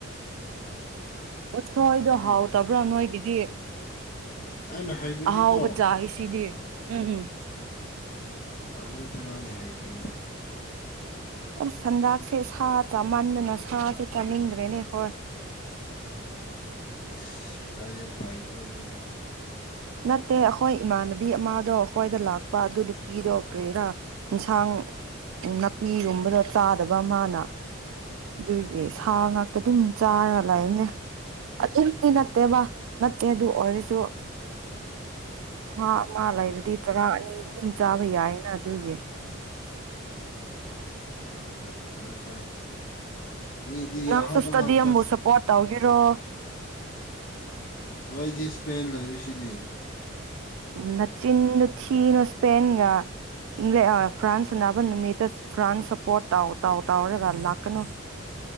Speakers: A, on the right (about 85°); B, on the left (about 45°).
A: ꯑꯣꯊꯣꯏꯗꯣ
B: ꯍꯥ
A: ꯍꯥꯎꯇꯕ꯭ꯔꯣ ꯅꯣꯏꯒꯤꯗꯤ
B: ꯑꯩꯅ ꯍꯥꯏꯕꯗꯤꯀꯣ
A: ꯑꯍꯥꯎꯕ ꯆꯥꯔꯤꯁꯤꯗꯤ ꯎꯝ
B: ꯑꯥꯔꯖꯦꯟꯇꯤꯅꯥꯒꯤ ꯍꯩꯕꯅꯤꯗ
A: ꯑꯁ ꯁꯟꯗꯥꯛꯁꯦ ꯁꯥ ꯆꯃꯥꯟꯗꯅ ꯁꯥꯁꯦ ꯆꯥꯅꯤꯡꯗ꯭ꯔꯦꯅꯦ ꯍꯣꯏ
B: ꯑꯁ ꯄꯩꯁꯥ ꯌꯥꯝ ꯄꯥꯏꯀꯣ ꯃꯤꯗꯤ
A: ꯅꯠꯇꯦ ꯑꯩꯈꯣꯏ ꯏꯃꯥꯟꯅꯕꯤ ꯑꯃꯗꯣ ꯑꯩꯈꯣꯏꯗ ꯂꯥꯛꯄ ꯑꯗꯨ ꯅꯨꯄꯤꯗꯣ ꯀ꯭ꯔꯦꯔꯥ ꯑꯦꯟꯁꯥꯡ ꯅꯥꯄꯤꯒꯨꯝꯕꯗ ꯆꯥꯗꯕ ꯃꯅꯥ ꯑꯗꯨꯏꯒꯤ ꯁꯥ ꯉꯥꯛꯇ ꯑꯗꯨꯝ ꯆꯥꯔꯒ ꯂꯥꯛꯏꯕꯅꯦ ꯑꯥꯗꯨꯏꯗꯤ ꯅꯠꯇꯦꯕ ꯅꯠꯇꯦ ꯑꯗꯨ ꯑꯣꯏꯔꯁꯨ ꯁꯥ ꯑꯃ ꯂꯩꯔꯗꯤ ꯆꯔꯥ ꯑꯅꯤꯗꯤ ꯆꯥꯕ ꯌꯥꯏꯅ ꯑꯗꯨꯒꯤ
B: ꯐ ꯐꯩ ꯐꯩ ꯃꯤꯗꯤ
A: ꯅꯪꯁꯨ
B: ꯑꯍꯥꯎꯕ
A: ꯏꯁꯇꯗꯤꯌꯝꯕꯨ
B: ꯉꯥꯛꯇꯁ
A: ꯁꯞꯄꯣꯔꯠ ꯇꯧꯒꯦꯔꯣ
B: ꯑꯩꯗꯤ ꯁ꯭ꯄꯦꯟ ꯂꯩꯔꯤꯁꯤꯗꯤ
A: ꯅ ꯆꯤꯟ ꯆꯟ ꯑꯣ ꯏꯁꯄꯦꯟꯒ ꯏꯪꯂꯦꯛ ꯐ꯭ꯔꯥꯟꯁ ꯑꯅꯥꯕ ꯅꯨꯃꯤꯠꯇ ꯐ꯭ꯔꯥꯟꯁ ꯁꯄꯣꯔꯠ ꯇꯥꯎ ꯇꯥꯎ ꯇꯥꯎꯔꯒ ꯂꯥꯛꯀꯅꯨ